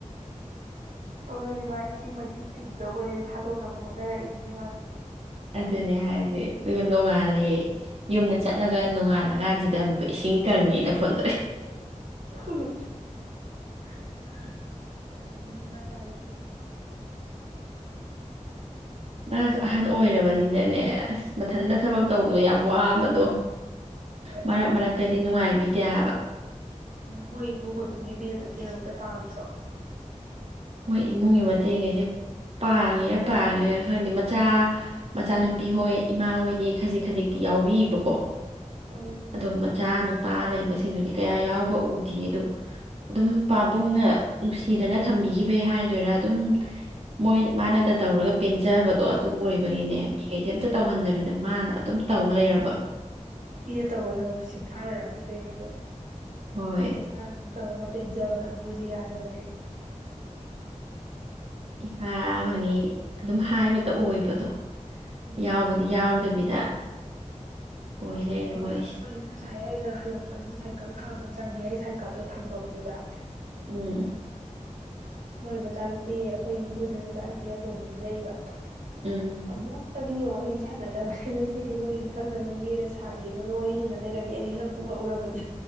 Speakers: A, on the right; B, on the right.
A: ꯁꯣꯝꯗꯗꯤ ꯃꯥ ꯏꯁꯤꯡ ꯃꯥꯏꯁꯤꯡ ꯇꯤꯡꯗꯧꯕꯅꯤꯅ ꯊꯥꯗꯣꯛꯅꯕ ꯍꯣꯠꯅꯔꯛꯏꯅꯤꯅꯦ ꯃꯥꯁꯨ
B: ꯑꯗꯨꯅꯦ ꯍꯥꯏꯁꯦ ꯑꯗꯨꯒ ꯅꯣꯡꯉꯥꯜꯂꯦ ꯌꯨꯝꯗ ꯆꯠꯂꯒ ꯅꯣꯡꯉꯥꯜꯂꯀꯥꯟꯁꯤꯗ ꯑꯃꯨꯛ ꯏꯁꯤꯡ ꯀꯪꯉꯦꯅ ꯐꯣꯟ ꯇꯧꯔꯛꯑꯦ
A: <unintelligible> ꯀꯤꯔꯟꯅꯤꯅꯦ ꯃꯥ ꯇꯥꯏꯖꯤꯖꯨ
B: ꯃꯥꯁꯨ ꯑꯍꯟ ꯑꯣꯏꯔꯕꯅꯤꯅꯅꯦ ꯑꯁ ꯃꯊꯟꯇ ꯊꯕꯛ ꯇꯧꯕꯗꯣ ꯌꯥꯝ ꯋꯥꯕꯗꯣ
A: ꯍꯣꯏ
B: ꯃꯔꯛ ꯃꯔꯛꯇꯗꯤ ꯅꯨꯡꯉꯥꯏ ꯕꯤꯗꯦꯕ
A: ꯃꯣꯏ ꯏꯃꯨꯡ ꯃꯅꯨꯡꯒꯤ ꯃꯤꯅ ꯃꯇꯦꯡ ꯑꯝꯇ ꯄꯥꯡꯗ꯭ꯔꯣ
B: ꯃꯣꯏ ꯏꯃꯨꯡꯒꯤ ꯃꯇꯦꯡ ꯈꯩꯁꯦ ꯄꯥꯡꯉꯤꯔ ꯄꯥꯡꯗ꯭ꯔꯤꯔ ꯈꯪꯗꯦ ꯃꯆꯥ ꯃꯆꯥꯅꯨꯄꯤ ꯍꯣꯏ ꯏꯃꯥ ꯍꯣꯏꯗꯤ ꯈꯖꯤꯛ ꯈꯖꯤꯛꯇꯤ ꯌꯥꯎꯕꯤꯌꯦꯕꯀꯣ
A: ꯑꯣ
B: ꯑꯗꯣ ꯃꯆꯥꯅꯨꯄꯤ ꯄꯥ ꯂꯩꯕꯁꯤꯡꯗꯨꯗꯤ ꯀꯌꯥ ꯌꯥꯎꯕ ꯎꯗꯦ ꯑꯗꯨꯗ ꯑꯗꯨꯝ ꯄꯥꯕꯨꯡꯅ ꯅꯨꯡꯁꯤꯗꯅ ꯊꯝꯕꯤꯈꯤꯕ ꯍꯥꯏꯗꯣꯏꯔꯥ ꯑꯗꯨꯝ ꯃꯣꯏ ꯃꯥꯅꯇ ꯇꯧꯔꯒ ꯄꯦꯟꯖꯕꯗꯣ ꯑꯗꯨ ꯑꯣꯏꯕꯒꯤꯅꯦ ꯃꯤꯈꯩꯁꯦ ꯑꯝꯇ ꯇꯧꯍꯟꯗꯕꯤꯗ ꯃꯥꯅ ꯑꯗꯨꯝ ꯇꯧ ꯂꯩꯔꯕ
A: ꯃꯤꯅ ꯇꯧꯕ ꯊꯕꯛꯁꯨ ꯁꯤꯡꯊꯥꯅꯔꯝꯃꯣꯏꯗꯣꯏꯅꯦ ꯑꯗꯣ
B: ꯍꯣꯏ
A: ꯃꯁꯥ ꯇꯧꯔꯒ ꯄꯦꯟ ꯖꯕ ꯀꯥꯒꯨꯁꯦ ꯌꯥꯗꯕꯅꯤꯕ
B: ꯏꯄꯥ ꯐꯪꯉꯤ ꯑꯗꯨꯝ ꯍꯥꯏꯕꯇ ꯑꯣꯏꯕꯗꯣ
A: ꯎꯝ
B: ꯌꯥꯎꯕꯗꯤ ꯌꯥꯎꯗꯕꯤꯗ ꯑꯣꯏ ꯂꯩꯔꯦ
A: ꯍꯣꯏ
B: ꯃꯣꯏꯁꯦ
A: ꯑꯩꯈꯣꯏꯁꯨ ꯉꯁꯥꯏ ꯑꯩꯅ ꯍꯜꯂꯛꯄꯁꯨ ꯁꯥꯏꯀꯜ ꯊꯥꯕ ꯆꯪꯉꯦ ꯑꯩꯥꯏ ꯀꯜꯗꯣ ꯊꯝꯐꯝꯗꯨꯗ
B: ꯎꯝ
A: ꯃꯣꯏ ꯃꯆꯥꯅꯨꯄꯤ ꯑꯩꯈꯣꯏ ꯌꯨꯝꯕꯨꯗꯨꯒꯤ ꯃꯆꯥꯅꯨꯄꯤ ꯑꯇꯣꯝꯕꯤ ꯑꯃ ꯂꯩꯕ
B: ꯎꯝ
A: ꯑꯃꯨꯛ ꯆꯛꯇꯕꯤꯒ ꯋꯥꯔꯤ ꯁꯥꯟꯅꯗꯕꯅꯤ ꯉꯁꯤꯗꯤ ꯃꯣꯏ ꯌꯨꯝꯊꯪꯅꯕꯒꯤ ꯂꯩꯁꯥꯕꯤ ꯑꯃꯒ ꯋꯥꯔꯤ ꯁꯥꯟꯅ ꯂꯩꯔꯝꯃꯤ ꯑꯩꯗꯤ ꯉꯛꯄꯨ ꯉꯛꯎꯔꯕꯅꯦ